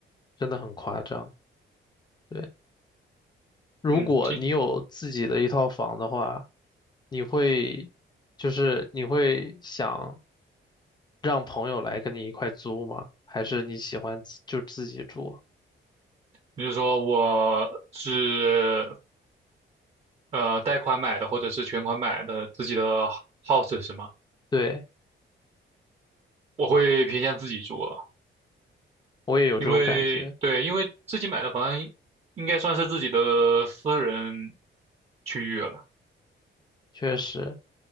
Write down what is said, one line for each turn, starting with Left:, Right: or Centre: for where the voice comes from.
Left: 真的很夸张。对，如果你有自己的一套房的话，
Right: 嗯，今
Left: 你会，就是你会想让朋友来跟你一块租吗？还是你喜欢自就自己住？
Right: 你就说我是呃贷款买的，或者是全款买的自己的 house 是吗？
Left: 对，
Right: 我会偏向自己住了，
Left: 我也有这种感觉，
Right: 因为对，因为自己买的房应应该算是自己的私人区域了。
Left: 确实，